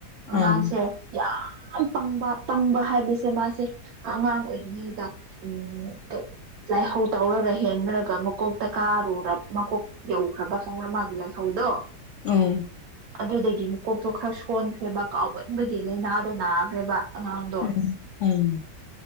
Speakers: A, on the right (about 65°); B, on the left (about 70°).
A: ꯑꯉꯥꯡꯁꯦ
B: ꯑꯪ
A: ꯌꯥꯝ ꯄꯪꯕ ꯄꯪꯕ ꯍꯥꯏꯕꯁꯦ ꯃꯥꯁꯦ ꯑꯉꯥꯡ ꯑꯣꯏꯔꯤꯉꯩꯗ ꯎꯝ ꯀꯩ ꯂꯥꯏꯍꯧ ꯇꯧꯔꯒ ꯍꯦꯟꯔꯀ ꯃꯀꯣꯛꯇ ꯀꯥꯔꯨꯔꯕ ꯃꯀꯣꯛ ꯌꯧꯈ꯭ꯔꯕ ꯈꯪꯕ꯭ꯔ ꯃꯥꯒꯤ ꯂꯥꯏꯍꯧꯗꯣ
B: ꯎꯝ
A: ꯑꯗꯨꯗꯨꯒꯤ ꯃꯀꯣꯛꯇꯣ ꯈꯔ ꯁꯣꯟꯈ꯭ꯔꯦꯕ ꯀꯥꯎꯒꯟꯕꯒꯤ ꯂꯥꯏꯅꯥꯗꯣ ꯅꯥꯈ꯭ꯔꯦꯕ ꯑꯉꯥꯡ
B: ꯎꯝ ꯎꯝ